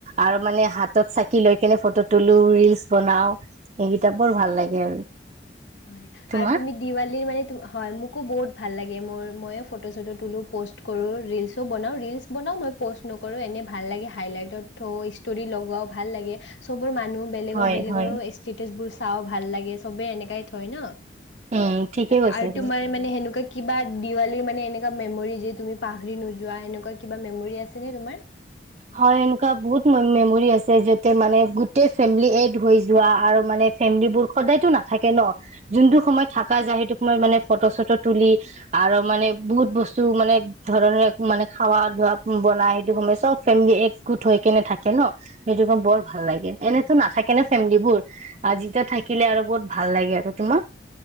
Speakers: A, on the right (about 35°); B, on the left (about 85°).
A: আৰু মানে হাতত চাকি লৈ কেনে ফটো তলো ৰিলচ। বনাও এইকেইটা বৰ ভাল লাগে আৰু।
B: হয়
A: তোমাৰ
B: আৰু তুমি দিৱালীৰ মানে। হয় মোকো বহুত ভাল লাগে মোৰ ময়ো ফটো চটো তোলোঁ প'ষ্ট কৰোঁ ৰিলচো বনাওঁ ৰিলচ বনাওঁ মই প'ষ্ট নকৰোঁ এনেই ভাল লাগে, হাইলাইটত থওঁ ষ্টৰি লগাওঁ ভাল লাগে। চব বোৰ মানুহ বেলেগৰ-বেলেগৰ
A: হয় হয়
B: ষ্টেটাচ বোৰ চাওঁ ভাল লাগে চবে এনেকেই হয় ন?
A: উম ঠিকে
B: সেইকাৰণে
A: কৈছা
B: আৰু
A: তুমি
B: তোমাৰ মানে সেনেকুৱা কি? কিবা দিৱালীৰ মানে এনেকুৱা মেমৰি যে তুমি পাহৰি নোযোৱা এনেকুৱা কিবা মেমৰি আছে নে তোমাৰ?
A: হয়, এনেকুৱা বহুত ম মেমৰি আছে। যতে মানে গোটেই ফেমিলি এড হৈ যোৱা আৰু মানে ফেমিল বোৰ সদায়তো নাথাকে ন, যোনটো সময়ত থকা যায় সেইটো সময়ত মানে ফটো চটো তুলি আৰু মানে বহুত বস্তু মানে ধৰণে মানে খাৱা ধোৱা বনাই, সেইটো সময়ত চব। ফেমি একগোট হৈ কেনে থাকে ন সেইটো ম বৰ ভাল লাগে এনেতো নাথাকে নে ফেমিলিবোৰ আৰু যেতিয়া থাকিলে আৰু বহুত ভাল লাগে আৰু তোমাক?